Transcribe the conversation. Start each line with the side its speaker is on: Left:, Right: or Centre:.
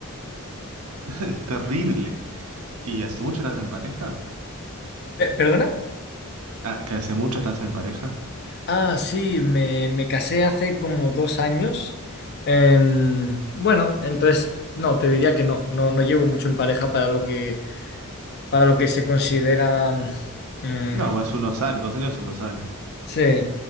Right: <laughs> Es terrible. ¿Y hace mucho estás en pareja?
Left: Pe- ¿Perdona?
Right: Ah, ¿que hace mucho estás en pareja?
Left: Ah, sí, me, me casé hace como dos años. Em, bueno, entonces, no, te diría que no, no, no llevo mucho en pareja para lo que, para lo que se considera... mm, eh,
Right: No, es unos años, dos años son dos años.
Left: sí,